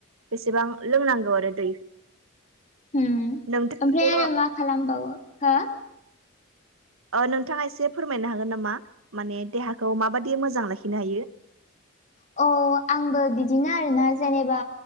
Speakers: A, on the right (about 75°); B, on the left (about 35°).
A: बेसेबां लोंनांगौ आरो दै
B: होम
A: नोंथाङाबो
B: ओमफ्राय आरो मा खालामबावो हो?
A: ओ नोंथाङा एसे फोरमायनो हागोन नामा माने देहाखौ माबादि मोजां लाखिनो हायो?
B: औ आंबो बिदिनो आरोना जेनेबा